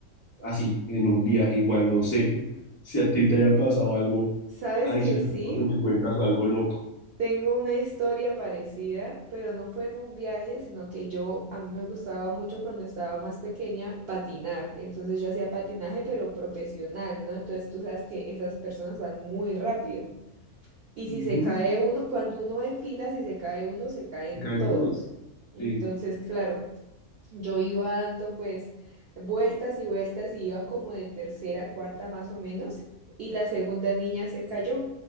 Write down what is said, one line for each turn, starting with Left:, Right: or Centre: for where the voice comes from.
Left: así, en un viaje igual, no sé <laughs> si a ti te haya pasado algo
Right: ¿Sabes
Left: adicional,
Right: que sí?
Left: lo que me cuentas o algo loco.
Right: Tengo una historia parecida, pero no fue en un viaje, sino que yo, a mí me gustaba mucho cuando estaba más pequeña patinar. Entonces yo hacía patinaje, pero profesional, ¿no? Entonces tú sabes que esas personas van muy rápido. Y si
Left: Ujú,
Right: se cae uno, cuando uno va en fila, si se cae uno, se caen
Left: Que caen
Right: todos.
Left: todos.
Right: Entonces,
Left: Sí.
Right: claro, yo iba dando pues vueltas y vueltas y iba como de tercera a cuarta más o menos y la segunda niña se cayó